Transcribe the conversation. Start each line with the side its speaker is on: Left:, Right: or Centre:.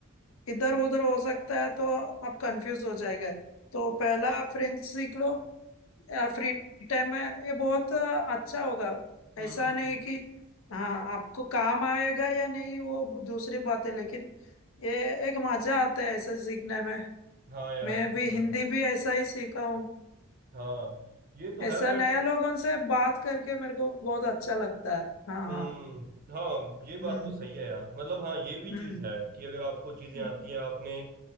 Left: इधर उधर हो सकता है तो आप कंफ्यूज हो जाएगा तो पहला आप फ्रेंच सीख लो या फ्री टाइम में ये बहुत अच्छा होगा ऐसा
Right: हम्म हम्म
Left: नहीं कि हाँ आपको काम आएगा या नहीं वो दूसरी बात है लेकिन ये एक मजा आता है ऐसा सीखने में
Right: हाँ यार
Left: मैं
Right: वो
Left: भी
Right: तो
Left: हिंदी
Right: है
Left: भी ऐसा ही सीखा हूँ
Right: हाँ ये तो
Left: ऐसा
Right: है बट
Left: नया लोगों से बात करके मेरे को बहुत अच्छा लगता है हाँ
Right: हम्म
Left: हाँ
Right: हाँ ये
Left: हम्म
Right: बात तो सही है यार मतलब हाँ ये भी
Left: हम्म
Right: चीज है कि अगर आपको चीजें
Left: हम्म
Right: आती हैं आपने